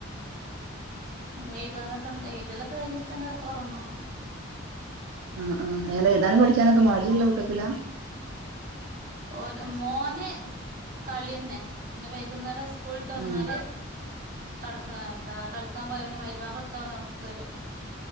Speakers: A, on the right (about 40°); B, on the right (about 85°).
A: ഉ എഴുതാനൊക്കെ എഴുതലൊക്കെ കഴിഞ്ഞിട്ടാണ് ഒറങ്ങ.
B: ആ ആ ങ്ങനെ എഴുതാനും പഠിക്കാനക്കെ മടിയള്ള കൂട്ടത്തിലാ.
A: ഓ മോന് കളി തന്നെ. പിന്നെ വൈകുന്നേരം ക്കൂളട്ട് വന്നാല്
B: ഉം
A: കട കളിക്കാൻ പോയ പിന്നെ മരുവാൻ കൊടുത്ത പോഓർക്ക വരും.